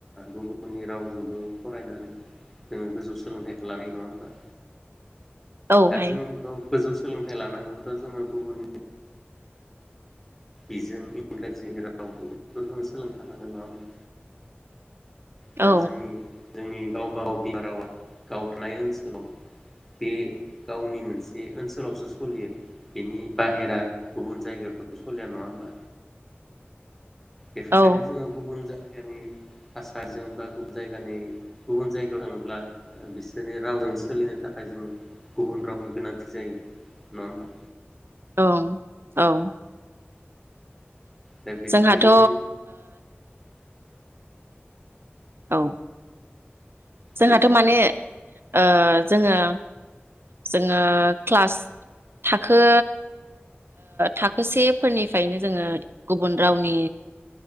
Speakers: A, in the centre; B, on the right (about 65°).
A: गुबुननि रावजोंबो फरायनानै जोंङो गोजौ सोलोंथाइखौ लानो हायो नङा होमबा?
B: औहाय
A: दा जोंखौ गोजौ सोलोंथाइ लानांगौब्लाथ' जोंङो गुबुननि बिजों इंराजि राव बेफोरखौ जों सोलोंखानांगोन नङा होनब्ला? दा
B: औ
A: जोंनि जोंनि गावबागाव बिमा रावा गाव थानाय ओनसोलाव बे गावनि मोनसे ओनसोलावसो सोलियो बेनि बाहेरा। गुबुन जायगायावथ' सलिया नङा होमबा। बेखायनो
B: औ
A: जोङो गुबुन जायो। जायगानि थासारिजों बा गुबुन जायगानि गुबुन जायगायाव थाङोब्ला बिसोरनि रावजों सोलिनो थाखाय जोंनो गुबुन रावनि गोनांथि जायो नङा होमबा।
B: औ औ।
A: दा बेखायनो
B: जोंहाथ'
A: जों
B: औ। जोंहाथ'
A: दे
B: माने। औ जोङो जोङो क्लास थाखो। थाखोसेफोरनिफ्रायनो जोङो गुबुन रावनि